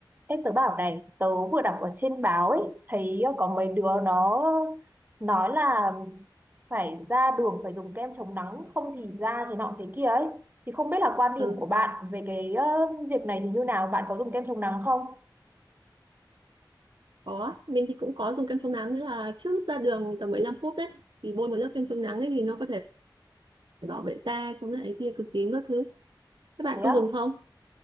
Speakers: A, on the right; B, on the right.
A: Ê, tớ bảo này, tớ vừa đọc ở trên báo ấy, thấy ờ, có mấy đứa nó nói là phải ra đường phải dùng kem chống nắng, không thì da thì nọ thế kia ấy. Thì không biết là quan điểm
B: Ừ,
A: của bạn về cái ờ, việc này thì như nào, bạn có dùng kem chống nắng không?
B: có. Mình thì cũng có dùng kem chống nắng nghĩa là trước lúc ra đường tầm 15 phút đấy thì bôi một lớp kem chống nắng ấy thì nó có thể bảo vệ da chống lại tia cực tím các thứ. Các bạn
A: Thế
B: có
A: á?
B: dùng không?